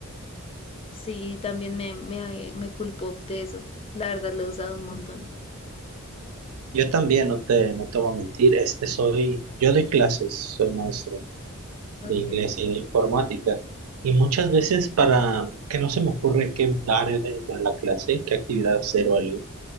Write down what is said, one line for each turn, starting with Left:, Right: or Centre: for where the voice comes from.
Left: Sí, también me, me, me culpo de eso. La verdad lo he usado un montón.
Right: Yo también, no te, no te voy a mentir, este soy, yo doy clases, soy maestro
Left: Ok.
Right: de inglés y de informática. Y muchas veces para que no se me ocurre qué dar dentro de la clase, qué actividad hacer o algo.